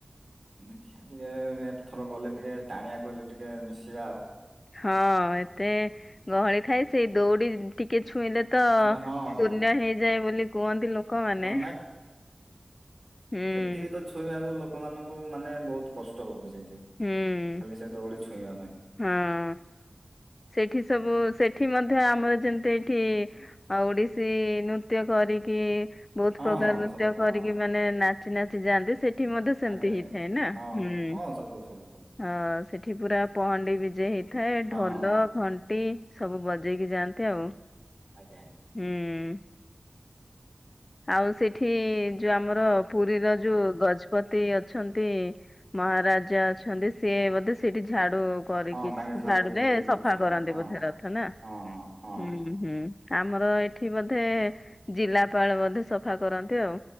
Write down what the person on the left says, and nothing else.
ହଁ ଏତେ ଗହଳି ଥାଏ ସେଇ ଦୌଡି ଟିକେ ଛୁଇଁଲେ ତ
ପୁଣ୍ୟ
ହେଇଯାଏ ବୋଲି କୁହନ୍ତି ଲୋକମାନେ।
ହୁଁ
ହୁଁ
ହଁ ସେଠି ସବୁ ସେଠି ମଧ୍ୟ ଆମର ଯେମିତି ଏଇଠି ଆଉ ଓଡିଶୀ ନୃତ୍ୟ କରିକି ବହୁତ
ପ୍ରକାର
ନୃତ୍ୟ
କରିକି
ମାନେ ନାଚି ନାଚି ଯାଆନ୍ତି ସେ ଏଠି ମଧ୍ୟ ସେମିତି
ହେଇଥାଏ ନା
ହୁଁ।
ହଁ ସେଠି ପୁରା ପହଣ୍ଡି ବିଜେ ହେଇଥାଏ
ଢଲ ଘଣ୍ଟି ସବୁ ବଜେଇକି ଯାଆନ୍ତି ଆଉ।
ହୁଁ ଆଉ ସେଠି ଯୋଉ ଆମର ପୁରୀର ଯୋଉ ଗ ପତି ଅଛନ୍ତି ମହାରାଜା ଅଛନ୍ତି ସିଏ ବୋଧେ ସେଇଠି ଝାଡୁ କରିକି
ଝାଡୁରେ
ସଫା
କରନ୍ତି
ବୋଧେ ରଥ ନା
ହୁଁ-ହୁଁ। ହୁଁ-ହୁଁ ଆମର ଏଠି ବୋଧେ ଜିଲ୍ଲାପାଳ ବଧେ ସଫା କରନ୍ତି ଆଉ।